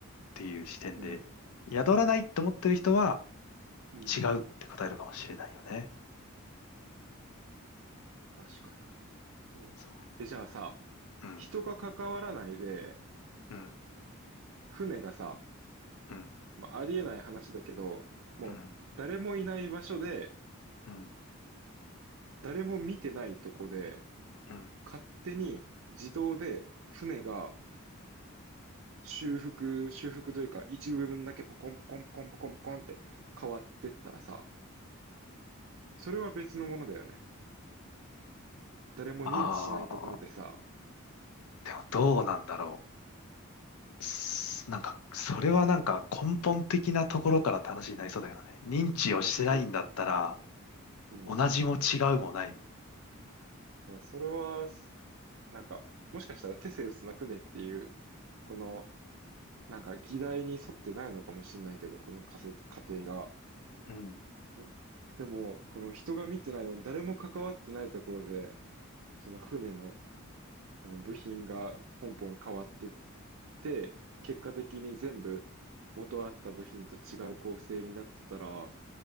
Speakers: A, on the left; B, on the right.
A: っていう視点で、
B: うん、
A: 宿らないって思ってる人は
B: うん、
A: 違うって答えるかもしれないよね。
B: 確かに。そう。
A: そ
B: え、じゃあさ、
A: う。うん、
B: 人が関わらないで、
A: うん、
B: 船がさ、
A: うん、
B: まあ、ありえない話だけど、もう誰もいない場所で、
A: うん、うん、
B: 誰も見てないとこで、
A: うん。
B: 勝手に自動で船が修復、修復というか、一部分だけポコンポコンポコンポコンポコンって変わってったらさ、それは別のものだよね。誰も認知しないところでさ、
A: ああ、でもどうなんだろう。すなんか、それはなんか根本的なところからって話になりそうだけどね。認知をしてないんだったら、
B: あ、なんか、うん。
A: 同じも違うもない。
B: まあ、それは、なんか、もしかしたらテセウスの船っていう、このなんか議題に沿ってないのかもしれないけど、この仮説、仮定が。
A: うん。
B: ででも、この人が見てないの、誰も関わってないところで、その船の、あの部品がポンポン変わってって、結果的に全部元あった部品と違う構成になってたら、